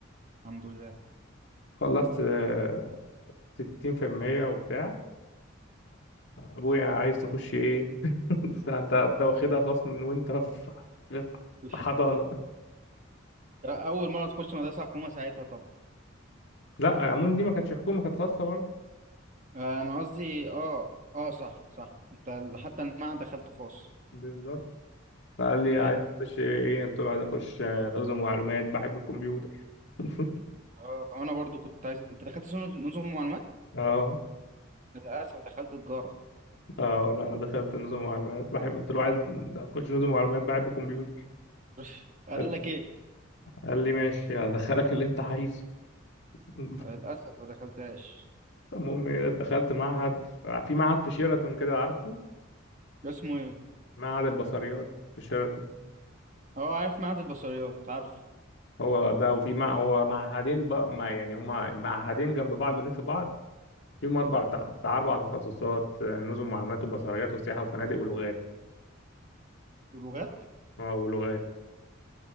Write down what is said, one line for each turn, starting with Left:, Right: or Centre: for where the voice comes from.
Right: الحمد لله
Left: خلصت آه، 60% وبتاع ابويا عايز تخش ايه <laughs> انت انت انت واخدها خصم من وانت في
Right: <laughs>
Left: في حضانه
Right: اول مره تخش مدرسه حكومه ساعتها طبعا
Left: لا عمون دي ما كانتش حكومه كانت خاصه برضه
Right: انا قصدي اه اه صح صح انت حتى المعهد دخلت خاص
Left: بالظبط فقال لي عايز
Right: فهمت
Left: تخش ايه قلت له عايز اخش آه، نظم ومعلومات بحب الكمبيوتر <laughs>
Right: اه انا برضو كنت عايز انت دخلت نظم نظم معلومات
Left: اه
Right: للأسف دخلت تجارة
Left: اه لا انا دخلت نظم ومعلومات بحب قلت له عايز اخش نظم ومعلومات بحب الكمبيوتر
Right: <laughs> قال
Left: قال
Right: لك إيه
Left: قال لي ماشي هدخلك اللي انت عايزه <laughs>
Right: للأسف ما دخلتهاش
Left: المهم ايه دخلت معهد في معهد في شيراتون كده عارفه
Right: اسمه إيه
Left: معهد البصريات في شيراتون
Right: هو عارف معهد البصريات عارف
Left: هو ده وفي مع هو معهدين بقى ما يعني هما معهدين جنب بعض الاثنين في بعض فيهم اربع بتاع بتاع اربع تخصصات آه، نظم معلومات وبصريات وسياحه وفنادق ولغات
Right: ولغات
Left: اه ولغات